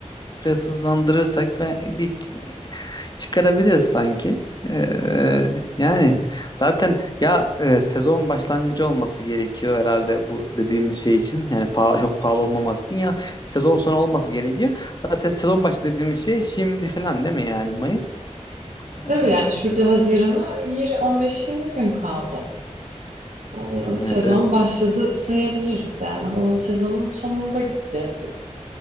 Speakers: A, on the left; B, on the right.
A: Biraz hızlandırırsak ve bir ç- çıkarabiliriz sanki. Ee, yani zaten ya e, sezon başlangıcı olması gerekiyor herhalde bu dediğimiz şey için. Yani paha- çok pahalı olmaması için ya sezon sonu olması gerekiyor. Zaten sezon başı dediğimiz şey şimdi falan değil mi yani Mayıs?
B: Tabii
A: Ee,
B: yani şurada Haziran'a yir- 15-20 gün kaldı. Ee, Sezon
A: evet evet.
B: başladı sayabiliriz yani. O sezonun sonunda gideceğiz biz.